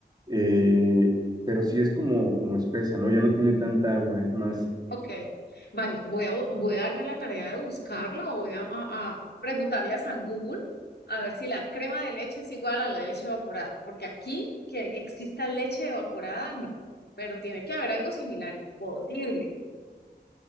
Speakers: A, on the right; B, on the left.
A: Eh, pero sí es como, como espesa, ¿no? Ya no tiene tanta agua, es más.
B: ok. Vale, voy a, bu- voy a darme la tarea de buscarlo o voy a, a- a preguntarle a San Google a ver si la crema de leche es igual a la leche evaporada, porque aquí que exista leche evaporada, no, pero tiene que haber algo similar, imposible.